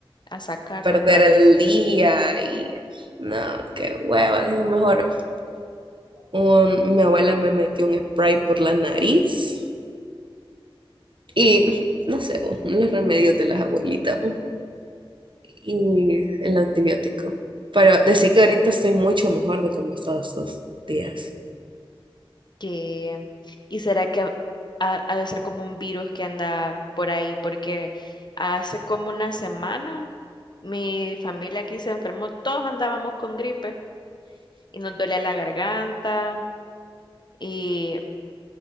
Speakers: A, on the left; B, on the right.
A: a sacarlo
B: perder
A: otra
B: el
A: vez.
B: día y no, qué hueva. Dije, mejor un- mi abuela me metió un spray por la nariz y no sé, los remedios de las abuelitas y el antibiótico. Pero decir que ahorita estoy mucho mejor de como estaba estos días.
A: que y será que ha, ha- ha de ser como un virus que anda por ahí, porque hace como una semana mi familia aquí se enfermó, todos andábamos con gripe y nos dolía la garganta y